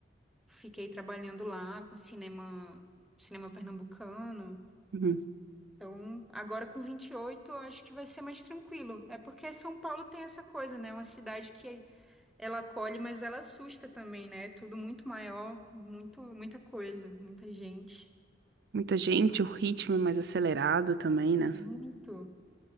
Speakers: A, in the centre; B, on the right (about 60°).
A: Fiquei trabalhando lá com cinema, cinema pernambucano.
B: Uhum.
A: Então, agora com 28, eu acho que vai ser mais tranquilo. É porque São Paulo tem essa coisa, né? É uma cidade que ela acolhe, mas ela assusta também, né? É tudo muito maior, muito, muita coisa, muita gente.
B: Muita gente, o ritmo é mais acelerado também, né?
A: Muito.